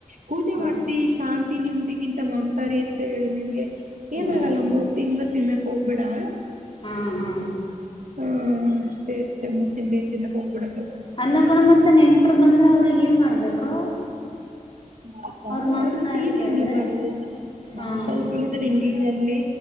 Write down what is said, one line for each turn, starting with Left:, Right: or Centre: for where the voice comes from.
Right: ಪೂಜೆ
Left: ಹ್ಞೂ
Right: ಮಾಡ್ಸಿ ಶಾಂತಿ ನಿಮ್ದಿ ಇಂತ ಮಾಂಸಾರಿ ಹೆಚ್ಚ ಹೇಳು ನಿಮ್ಗೆ ಏನಾಗಲ್ಲ
Left: ಏ
Right: ಮೂರ್ ತಿಂಗ್ಳ ತಿನ್ನಕ್ ಹೋಗ್ಬಿಡಾ
Left: ಹಾ ಹಾ
Right: ಹ್ಮ್ ಅಷ್ಟೇ ಅಷ್ಟೇ ಮು ತಿಂಡಿ ತಿನ ಹೋಗ್ಬಿಡ
Left: ಅಂದಕೊಂಡ ಮತ್ತ ನೆಂಟರು ಬಂದ್ರೆ ಅವ್ರ ಏನ್ ಮಾಡ್ಬೇಕು
Right: ಮ
Left: ಅವ್ರ ಮಾಂಸಾಹಾರ
Right: ಅವರು ಸಹೀಟ
Left: ಕೇಳಿದ್ರೆ
Right: ಇನ್ನಿ ಮಾಡ
Left: ಹಾ
Right: ಮಾಂಸಹ
Left: ಹಾ
Right: ತಿಳಿದ್ರೆ ಹಿಂಗಿಂಗಲ್ಲಿ